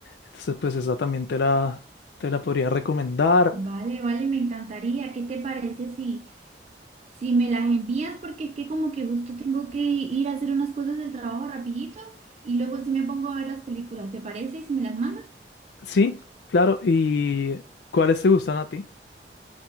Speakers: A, on the left; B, on the right.
A: Entonces pues esa también te la, te la podría recomendar.
B: Vale, vale, me encantaría. ¿Qué te parece si, si me las envías? Porque es que como que justo tengo que ir a hacer unas cosas del trabajo rapidito y luego sí me pongo a ver las películas. ¿Te parece si me las mandas?
A: Sí, claro. ¿Y cuáles te gustan a ti?